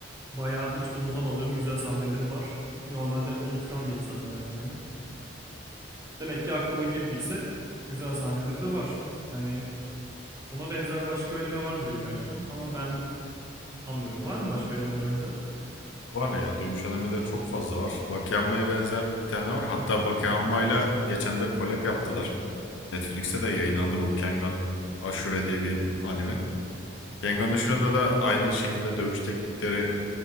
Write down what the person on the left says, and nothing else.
Var ya dövüş animeleri çok fazla var. Bakeyanma'ya benzer bir tane var. Hatta Bakeyanma'yla geçen de collab yaptılar. Netflix'te de yayınlandı bu Kengan Ashura diye bir anime. Kengan Ashura'da da aynı şekilde dövüş teknikleri